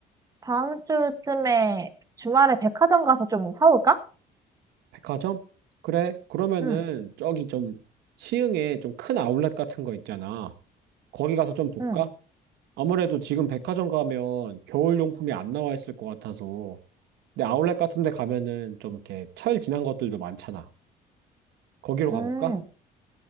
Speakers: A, on the right; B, on the right.
A: 다음 주쯤에 주말에 백화점 가서 좀 사올까?
B: 백화점? 그래. 그러면은
A: 응,
B: 저기 좀 시흥에 좀 큰 아울렛 같은 거 있잖아. 거기 가서 좀 볼까?
A: 응,
B: 아무래도 지금 백화점 가면 겨울 용품이 안 나와 있을 것 같아서. 근데 아울렛 같은 데 가면은 좀 이렇게 철 지난 것들도 많잖아. 거기로 가볼까?
A: 음,